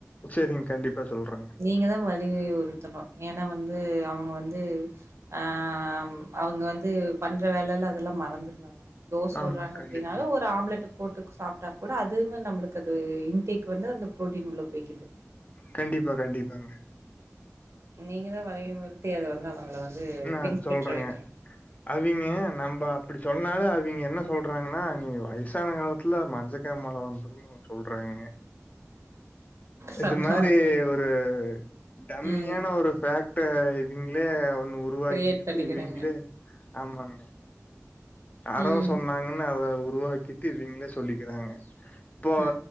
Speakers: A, on the left; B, on the right.
A: செரிங்க கண்டிப்பா சொல்றேங்க
B: நீங்க தா வலி உறுத்தணூ ஏனா வந்து அவுங்க வந்து ஆம் அவுங்க வந்து பண்ற வேலயில அதெல்லா மறந்துடுவாங்க தோஸ் சுட்றாங்க
A: ஆமாங்க
B: அப்டின்னாலு
A: கண்டிப்பாங்க
B: ஒரு ஆம்லெட் போட்டு சாப் கூட அதுமே நம்மளுக்கு அது இன்டேக் வந்து அந்த பு்ரோட்டீன் உள்ள போய்குது
A: கண்டிப்பா கண்டிப்பாங்னே
B: நீங்க தா வலியுமுறுத்தி அத வந்து அவுங்கள வந்து
A: நா
B: பின்பற்ற
A: சொல்றேங்க
B: வைக்கணோ
A: அவிங்க நம்ம அப்டி சொன்னாலு அவிங்க என்ன சொல்றாங்கன்னா நீங்க வயசான காலத்துல மஞ்சக் ஞ்ச காமால வந்துருனு சொல்றேங்கே
B: சம்பாவாச்சு
A: இது மாரி ஒ ரு டம்மியான
B: ம்.
A: ஒரு ஃவேக்ட இதுங்களே ஒன் உருவாக்கிக்கிட்டு
B: கிரியேட் பண்ணிக்கிறாங்க.
A: இவிங்களே ஆமாங்க யாரோ
B: ம்.
A: சொன்னா ங்கன்னு அத உருவாக்கிட்டு இவிங்களே சொல்லிக்கிறாங்க இப்போ
B: ஆ.